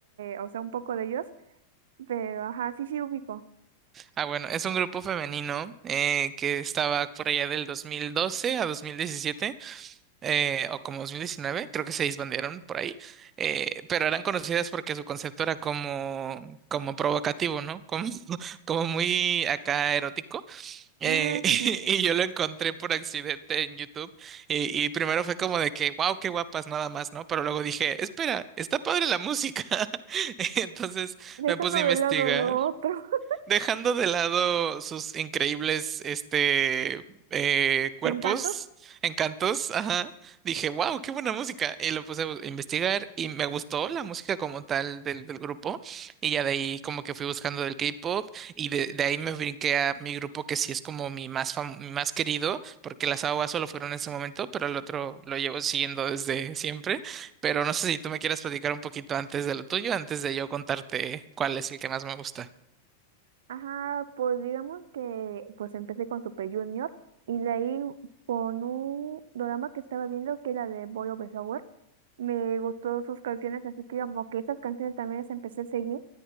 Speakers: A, on the right; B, on the right.
A: o sea, un poco de ellos, pero ajá, sí, sí, ubico.
B: Ah, bueno, es un grupo femenino eh, que estaba por allá del 2012 a 2017 eh, o como 2019 creo que se disbandieron por ahí, eh, pero eran conocidas porque su concepto era como, como provocativo, ¿no? Como, <laughs> como muy acá erótico. eh,
A: Ujú.
B: <laughs> y, yo lo encontré por accidente en YouTube y, y primero fue como de que, wow, qué guapas, nada más, ¿no? Pero luego dije, espera, está padre la música. <laughs> Entonces
A: Dejando
B: me puse a investigar
A: de lado lo otro, <laughs>
B: Dejando de lado sus increíbles este eh, cuerpos,
A: Encanto.
B: encantos, ajá, dije, wow, qué buena música. Y lo puse a bu- investigar y me gustó la música como tal del, del grupo. Y ya de ahí como que fui buscando del K-pop y de, de ahí me brinqué a mi grupo que sí es como mi más fam- mi más querido, porque las AOA solo fueron en ese momento, pero el otro lo llevo siguiendo desde siempre. Pero no sé si tú me quieras platicar un poquito antes de lo tuyo, antes de yo contarte cuál es el que más me gusta.
A: Ajá, pues digamos que pues empecé con Super Junior y de ahí con un drama que estaba viendo que era de Boy Over Flowers. Me gustó sus canciones, así que como que esas canciones también las empecé a seguir.